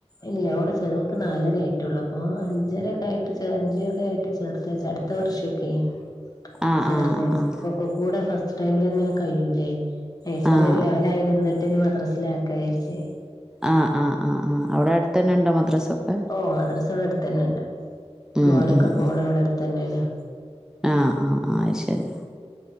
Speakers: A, on the left; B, in the centre.
A: ഇല്ല അവിടെ ചെറു നാലര ആയിട്ടേള്ളൂ. അപ്പൊ അഞ്ചരയൊക്കെ ആയിട്ട് ചെ അഞ്ചൊക്ക ആയിട്ട് ചേർത്ത് ച <unintelligible>
B: ആഹ്
A: ചേർത്തചാരിച്
B: ആഹ്
A: ഒക്കെ കൂടെ ഫസ്റ്റ് ടൈമിൽ തന്നെ കഴൂലേ നൈസറിയൊന്നു
B: ആഹ്
A: ലെവലായി
B: ആഹ്
A: വന്നിട്ട് ഇ മദ്രാസിലക്കാവിചാരിച്ച്.
B: ആഹ ആ ആ ആ അ അവടെ അടുത്ത തന്നെ ഉണ്ടോ മദ്രാസൊക്കെ
A: ഓ മദ്രാസ് ഇവിടെ അടുത്ത് തന്നെ ഉണ്ട്
B: ഉം
A: മോനൊക്കെ
B: ഉം
A: പോണ
B: ഉം
A: ഇവിടെ അടുത്ത് തന്നെയാണ്
B: ആഹ് ആഹ് ആ ശരി